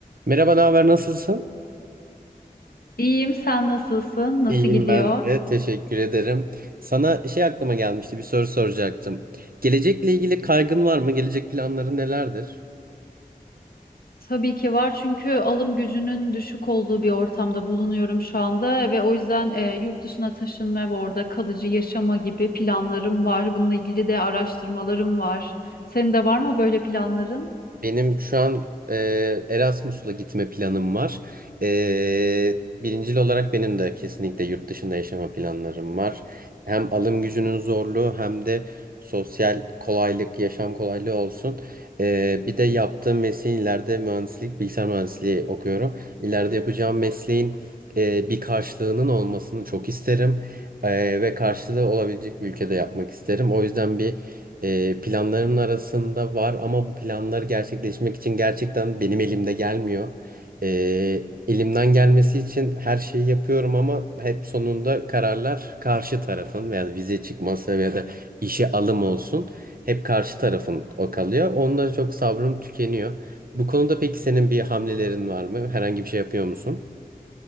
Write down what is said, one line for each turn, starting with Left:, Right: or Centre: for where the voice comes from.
Right: Merhaba, ne haber, nasılsın?
Left: İyiyim, sen nasılsın? Nasıl
Right: İyiyim
Left: gidiyor?
Right: ben de. Teşekkür ederim. Sana şey aklıma gelmişti, bir soru soracaktım. Gelecekle ilgili kaygın var mı? Gelecek planları nelerdir?
Left: Tabii ki var çünkü alım gücünün düşük olduğu bir ortamda bulunuyorum şu anda ve o yüzden e, yurt dışına taşınma ve orada kalıcı yaşama gibi planlarım var. Bununla ilgili de araştırmalarım var. Senin de var mı böyle planların?
Right: Benim şu an e, Erasmus'la gitme planım var. E, birincil olarak benim de kesinlikle yurt dışında yaşama planlarım var. Hem alım gücünün zorluğu hem de sosyal kolaylık, yaşam kolaylığı olsun. E, bir de yaptığım mesleğin ileride mühendislik, bilgisayar mühendisliği okuyorum. İleride yapacağım mesleğin e, bir karşılığının olmasını çok isterim. E, ve karşılığı olabilecek bir ülkede yapmak isterim. O yüzden bir e, planlarımın arasında var ama bu planlar gerçekleşmek için gerçekten benim elimde gelmiyor. E, elimden gelmesi için her şeyi yapıyorum ama hep sonunda kararlar karşı tarafın veya vize çıkması veya da işe alım olsun hep karşı tarafın o kalıyor. Onda çok sabrım tükeniyor. Bu konuda peki senin bir hamlelerin var mı? Herhangi bir şey yapıyor musun?